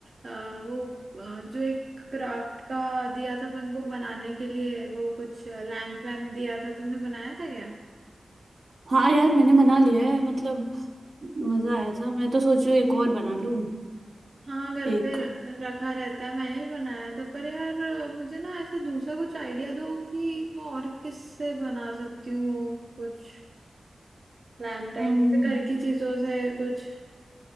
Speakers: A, on the right (about 45°); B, on the right (about 65°).
A: अ, वो अ, जो एक क्राफ्ट का दिया था अपन को बनाने के लिए वो कुछ लैम्प वैम्प दिया था तुमने बनाया था क्या
B: हाँ यार मैंने मना लिया है मतलब मजा आया था मैं तो सोचू एक और बना लूं
A: हाँ घर
B: एक
A: पे रखा रहता है मैंने भी बनाया था पर यार मुझे ना ऐसा दूसरा कुछ आइडिया दो कि मैं और किससे बना सकती हूँ वो कुछ लैम्प टाइप
B: हम्म
A: ऐसे घर की चीजों से कुछ